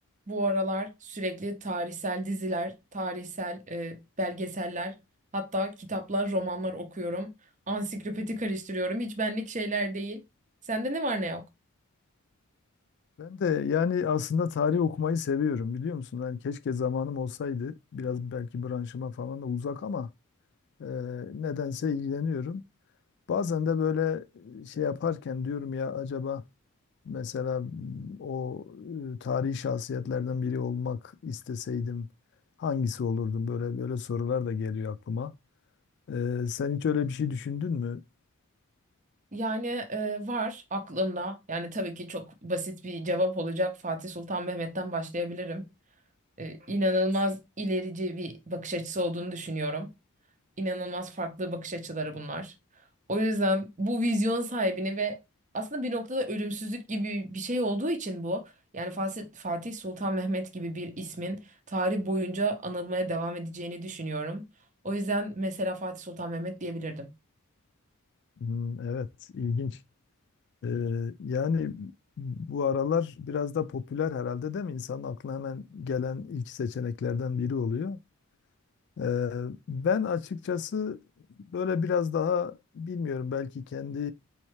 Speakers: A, on the right (about 35°); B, on the left (about 50°).
A: Bu aralar sürekli tarihsel diziler, tarihsel e, belgeseller, hatta kitaplar, romanlar okuyorum. Ansiklopedi karıştırıyorum. Hiç benlik şeyler değil. Sende ne var ne yok?
B: Ben de yani aslında tarih okumayı seviyorum biliyor musun? Yani keşke zamanım olsaydı. Biraz belki branşıma falan da uzak ama e, nedense ilgileniyorum. Bazen de böyle şey yaparken diyorum ya acaba mesela o e, tarihi şahsiyetlerden biri olmak isteseydim hangisi olurdum? Böyle böyle sorular da geliyor aklıma. Ee, sen hiç öyle bir şey düşündün mü?
A: Yani e, var aklımda. Yani tabii ki çok basit bir cevap olacak. Fatih Sultan Mehmet'ten başlayabilirim. E, inanılmaz ilerici bir bakış açısı olduğunu düşünüyorum. İnanılmaz farklı bakış açıları bunlar. O yüzden bu vizyon sahibini ve aslında bir noktada ölümsüzlük gibi bir şey olduğu için bu. Yani Fasi- Fatih Sultan Mehmet gibi bir ismin tarih boyunca anılmaya devam edeceğini düşünüyorum. O yüzden mesela Fatih Sultan Mehmet diyebilirdim.
B: Hmm, evet, ilginç. Ee, yani bu aralar biraz da popüler herhalde değil mi? İnsanın aklına hemen gelen ilk seçeneklerden biri oluyor. Ee, ben açıkçası böyle biraz daha bilmiyorum belki kendi